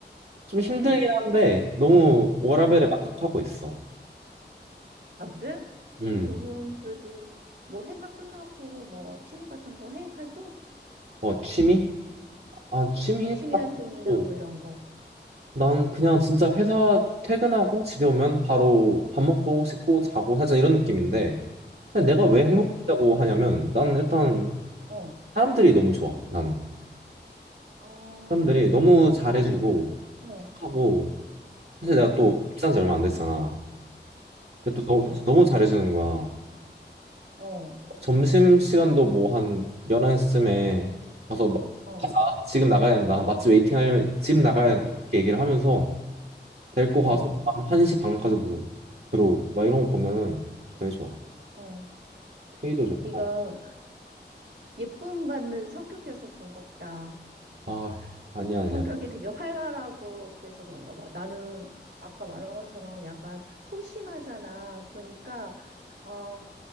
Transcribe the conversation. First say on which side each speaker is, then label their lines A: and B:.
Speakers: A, on the right; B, on the right.
A: 좀 힘들긴
B: 응,
A: 한데 너무 워라밸에
B: 응.
A: 만족하고 있어.
B: 아, 그래?
A: 음,
B: 어, 너는 그래도 뭐 회사 끝나고 뭐 취미 같은 거 해? 활동?
A: 어, 취미? 아, 취미
B: 음, 취미
A: 딱
B: 활동이나
A: 있고
B: 뭐 이런 거.
A: 난 그냥 진짜 회사 퇴근하고 집에 오면 바로 밥 먹고 씻고 자고 살짝 이런 느낌인데 근데 내가 왜
B: 어,
A: 행복하다고 하냐면 난 일단
B: 어.
A: 사람들이 너무 좋아, 나는.
B: 아,
A: 사람들이 너무
B: 직장
A: 잘해주고
B: 사람. 어,
A: 착하고 사실 내가
B: 어.
A: 또 입사한 지 얼마 안 됐잖아.
B: 그치.
A: 근데 또 너, 너무 잘해주는 거야.
B: 어,
A: 점심 시간도 뭐 한 11시쯤에 가서 막
B: 어,
A: 가자. 지금 나가야 된다. 맛집 웨이팅 하려면 지금 나가야
B: 어,
A: 된다. 이렇게 얘기를 하면서 데리고
B: 어,
A: 가서 한 1시 반까지 뭐 들어오고 막 이런 거 보면은 되게 좋아.
B: 어.
A: 페이도 좋고.
B: 어, 네가 예쁨 받는 성격이어서 그런가 보다.
A: 아, 아니야, 아니야.
B: 성격이 되게 활발하고 그래서 그런가 봐. 나는 아까 말한 것처럼 약간 소심하잖아. 그러니까 아,